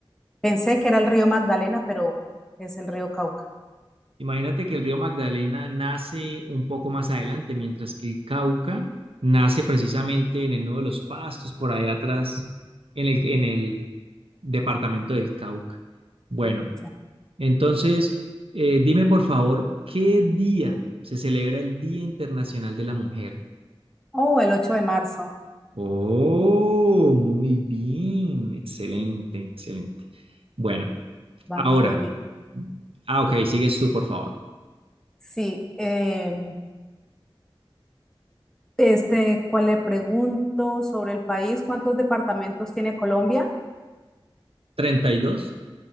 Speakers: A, in the centre; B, on the right (about 75°).
A: Pensé que era el río Magdalena, pero es el río Cauca.
B: Imagínate que el río Magdalena nace un poco más adelante, mientras que el Cauca nace precisamente en el Nudo de los Pastos, por allá atrás, en el, en el departamento del Cauca. Bueno,
A: Ya.
B: entonces, eh, dime por favor, ¿qué día se celebra el Día Internacional de la Mujer?
A: Oh, el ocho de marzo.
B: Oh, muy bien, excelente, excelente. Bueno,
A: Vamos
B: ahora,
A: muy bien.
B: ah, ok, sigues tú, por favor.
A: Sí, eh, este, ¿cuál le pregunto sobre el país? ¿Cuántos departamentos tiene Colombia?
B: ¿32?